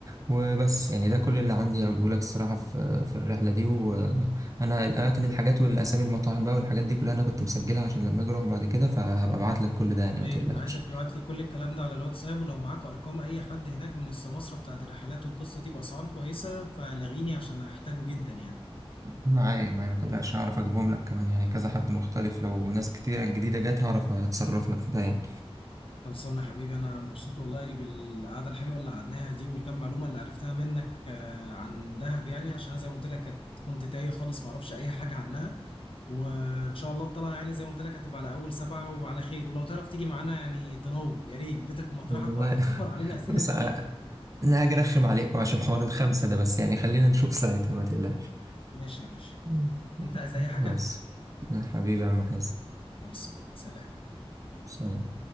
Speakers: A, on the right (about 35°); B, on the left (about 60°).
A: وبس يعني ده كل اللي عندي اقوله لك الصراحه في في الرحله دي و... انا الاماكن الحاجات والاسامي المطاعم بقى والحاجات دي كلها انا كنت مسجلها عشان لما اجي اروح بعد كده فهبقى ابعت لك كل ده يعني
B: يا ريت
A: ما تقلقش
B: انا عايزك تبعت لي كل الكلام ده على الواتساب ولو معاك ارقام اي حد هناك من السماسرة بتاعت الرحلات والقصة دي باسعار كويسة فلغيني عشان هحتاجه جدا يعني
A: معايا معايا ما تقلقش هعرف اجيبهم لك كمان يعني كذا حد مختلف لو ناس كتير جديده جت هعرف اتصرف لك في ده يعني
B: خلصانه يا حبيبي انا مبسوط والله بالقعدة الحلوة اللي قعدناها دي والكم معلومة اللي عرفتها منك آه، عن دهب يعني عشان انا زي ما قلت لك كانت- كنت تايه خالص ما اعرفش اي حاجة عنها وان شاء الله الطلعة يعني زي ما قلت لك هتبقى على اول سبعة وعلى خير ولو تعرف تيجي معانا يعني تنور يا ريت بيتك ومطرحك
A: والله
B: وهتوفر علينا
A: <laughs>
B: اسئلة
A: بس
B: كتير
A: انا هاجي ارخم عليكم عشان حوار الخمسه ده بس يعني خلينا نشوف ساعتها ما تقلقش
B: ماشي يا باشا
A: مم.
B: انت عايز اي حاجة
A: بس حبيبي يا عم حازم
B: خلصانه سلام
A: سلام